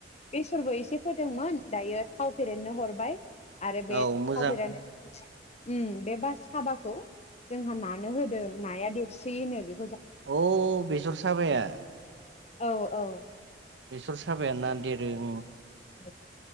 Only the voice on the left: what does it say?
बेसरबो एसे फोदोंमोन दायो थाव फेरेननो हरबाय। आरो बे
थावफेरानो।
उ बे बास। हाबाखौ जोंहा नानो होदों नाया देरस होनो बे।
औ -औ-।
उ